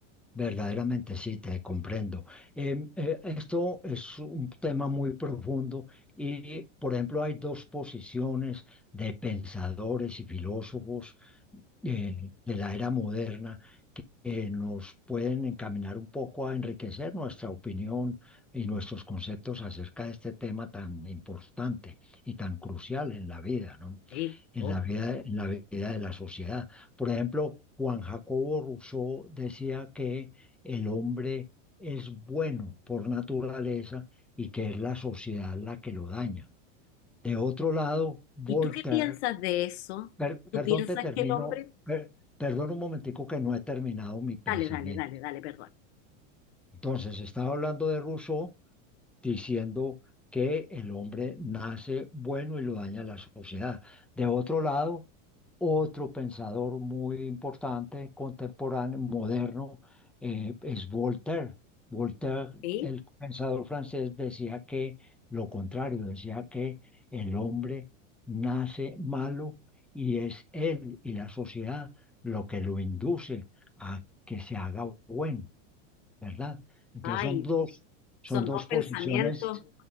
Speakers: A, in the centre; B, on the left (about 55°).
A: verdaderamente sí, te comprendo. Em, eh, esto es un tema muy profundo y, por ejemplo, hay dos posiciones de pensadores y filósofos eh, de la era moderna que nos pueden encaminar un poco a enriquecer nuestra opinión y nuestros conceptos acerca de este tema tan importante y tan crucial en la vida, ¿no?
B: Sí,
A: en
B: obvio.
A: la vida, en la vida de la sociedad. Por ejemplo, Juan Jacobo Rousseau decía que el hombre es bueno por naturaleza y que es la sociedad la que lo daña. De otro lado, Voltaire,
B: ¿Y tú qué piensas de eso?
A: per-
B: ¿Tú
A: perdón,
B: piensas
A: te termino,
B: que el hombre...
A: per- perdón un momentico que no he terminado mi pensamiento.
B: Dale, dale, dale, dale, perdón.
A: Entonces, estaba hablando de Rousseau diciendo que el hombre nace bueno y lo daña la sociedad. De otro lado, otro pensador muy importante, contemporáneo, moderno, eh, es Voltaire. Voltaire,
B: ¿Sí?
A: el pensador francés, decía que lo contrario, decía que el hombre nace malo y es él y la sociedad lo que lo induce a que se haga bueno. ¿verdad? Entonces
B: Ay,
A: son dos, son
B: son
A: dos
B: dos
A: posiciones
B: pensamientos